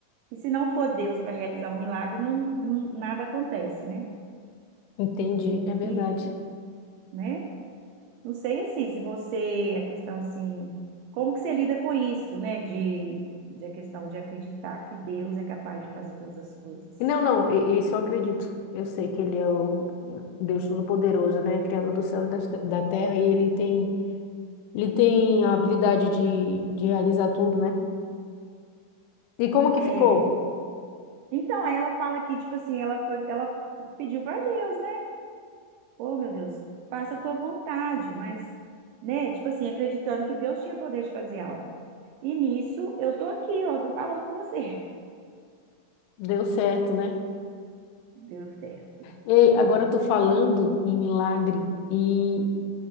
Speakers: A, on the right; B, on the left.
A: e se não for Deus para realizar um milagre, não, não- nada acontece, né?
B: Entendi, é verdade.
A: E, né? Não sei assim, se você, a questão assim, como que você lida com isso, né? De, de a questão de acreditar que Deus é capaz de fazer todas as coisas.
B: E Não, não, e- isso eu acredito. Eu sei que ele é o Deus Todo-Poderoso, né? Criador do céu e das te- da terra, e ele tem, ele tem a habilidade de, de realizar tudo, né? E como que
A: É.
B: ficou?
A: Então, aí ela fala que, tipo assim, ela foi, ela pediu para Deus, né? Oh, meu Deus, faça a tua vontade, mas, né, tipo assim, acreditando que Deus tinha poder de fazer algo. E nisso, eu tô aqui, ó, tô falando com você.
B: Deu certo, né?
A: <laughs> Deu certo.
B: E agora
A: Deu muito
B: eu tô
A: certo.
B: falando em milagre e,